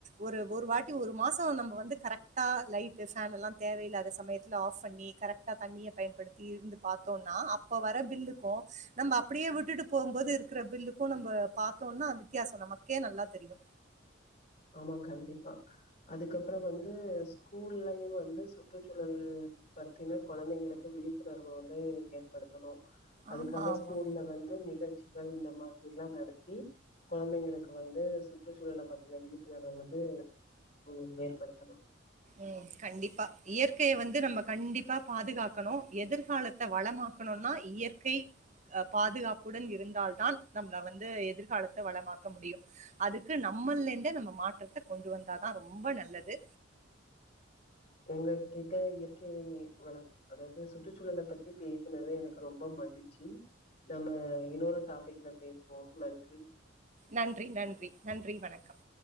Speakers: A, on the right; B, on the left.
A: ஒரு ஒரு வாட்டி ஒரு மாசம் நம்ம வந்து கரெக்ட்டா லைட் ஃபேன்ல்லா தேவையில்லாத சமயத் தில ஆஃப் பண்ணி கரெக்ட்டா தண்ணிய பயன்படுத்தி இருந்து பாத்தோனா அப்போ வர பில்லுக்கு நம்ம அப்டியே விட்டுட்டு போம்போது இருக்கிற பில்லுக்கு நம்ம பாத்தோனா வித்தியாச நமக்கே நல்லா தெரியு
B: ஆமா கண்டிப்பா அதுக்கப்பற வந்து ஸ்கூல்லயு வந்து சுற்றுச்சூழல் பத்தின கொழந்தைங்களுக்கு விழிப்புணர்வு வந்து ஏற்படுத்தணு அதுக்காக
A: ஆமா ஆமா
B: ஸ்கூல்ல வந்து நிகழ்ச்சிகள் இந்த மாதிரில்லா நடத்தி கொழந்தைங்களுக்கு வந்து சுற்றுச்சூழல பத்தின விழிப்புணர்வ வந்து ம் ஏற்படுத்தணு
A: ம் கண்டிப்பா இயற்கைய வந்து நம்ம கண்டிப்பா பாதுகாக்கணு எதிர்காலத் த்த வளமாக்கணுன்னா இயற்கை அ பாதுகாப்புடன் இருந்தால்தான் நம்மள வந்து எதிர்காலத்த வளமாக்க முடியும் அதுக்கு நம்மல்லந்தே நம்ம மாற்றத்த கொண்டு வந்தாதா ரொம்ப நல்லது
B: உங்க கிட்ட இயற்கை வள அதாவது சுற்றுச்சூழல பத்தி பேசுனது எனக்கு ரொம்ப மகிழ்ச்சி நம்ம இன்னொரு டாபிக்ல பேசுவோ நன்றி
A: நன்றி நன்றி நன்றி வணக்கம்